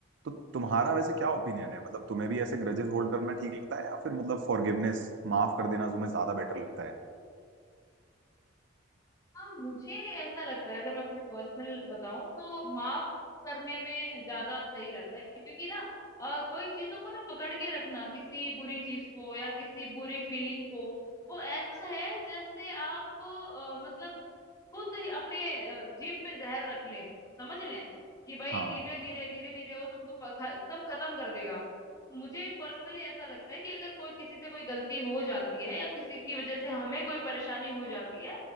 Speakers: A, on the right; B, on the left.
A: तो तुम्हारा वैसे क्या ओपिनियन है मतलब तुम्हें भी ऐसे ग्रजेस होल्ड करना ठीक लगता है या फिर मतलब फॉरगिवनेस माफ कर देना तुम्हें ज्यादा बेटर लगता है
B: हाँ मुझे ऐसा लगता है अगर मैं अपने पर्सनल बताऊं तो माफ करने में ज्यादा सही रहता है क्योंकि ना अ, कोई चीजों को ना पकड़ के रखना किसी बुरी चीज को या किसी बुरी फीलिंग को वो ऐसा है जैसे आप अ, मतलब खुद ही अपने अ, जीभ पे जहर रख ले समझ रहे हैं कि भाई
A: हाँ
B: धीरे धीरे धीरे धीरे वो तुमको प- ख- एकदम खत्म कर देगा तो मुझे पर्सनली ऐसा लगता है कि अगर कोई किसी से कोई गलती हो जाती है या किसी की वजह से हमें कोई परेशानी हो जाती है